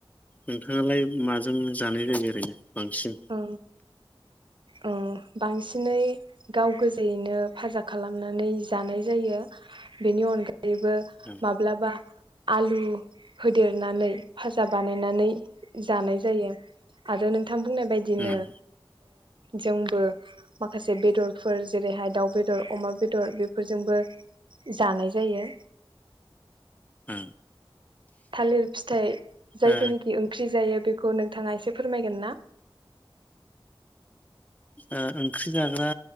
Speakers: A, on the left (about 15°); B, on the right (about 55°).
A: नोंथाङालाय माजों जानाय जायो ओरैनो? बांसिन
B: औ ओ बांसिनै गाव गोजायैनो फाजा खालामनानै जानाय जायो बेनि अनगा यैबो
A: ओ
B: माब्लाबा आलु होदेरनानै फाजा बानायनानै जानाय जायो आरो नोंथां। बुंनाय बायदिनो।
A: उम
B: जोंबो माखासे बेदर। फोर जेरैहाय दाउ बेद‌। बेदर अमा बेदर बेफोरजोंबो जानाय जायो।
A: ओ
B: थालिर फिथाइ जायखौनिखि
A: ओ
B: ओंख्रि जायो बेखौ नोंथाङा एसे। फोरमायगोन ना?
A: ओ ओंख्रि जाग्रा